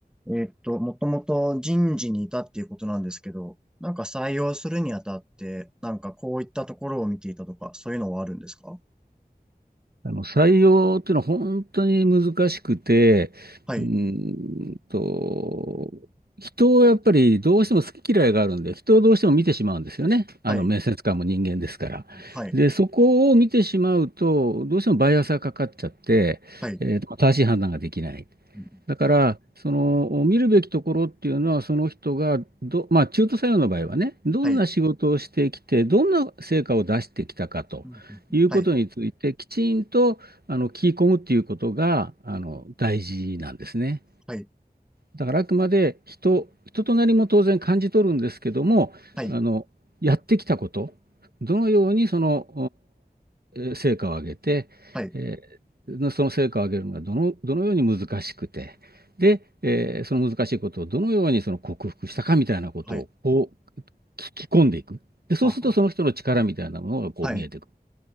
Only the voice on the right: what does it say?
あの採用っていうのは本当に難しくて、
うーんと、人をやっぱりどうしても好き嫌いがあるんで、人をどうしても見てしまうんですよね。あの面接官も人間ですから。
で、そこを見てしまうと、どうしてもバイアスがかかっちゃって、
えーと正しい判断ができない。
だから、その見るべきところっていうのは、その人がど、まあ、中途採用の場合はね、どんな仕事をしてきて、
どんな成果を出してきたかということについて、
きちんとあの聞き込むっていうことがあの大事なんですね。
だからあくまで人、人となりも当然感じ取るんですけども、
あの、やってきたこと、どのようにその、成果を上げて、
えーその成果を上げるのがどの、どのように難しくて、で、えーその難しいことをどのようにその克服したかみたいなことをこう聞き込んでいく。
で、そうするとその人の力みたいなものがこう見えてく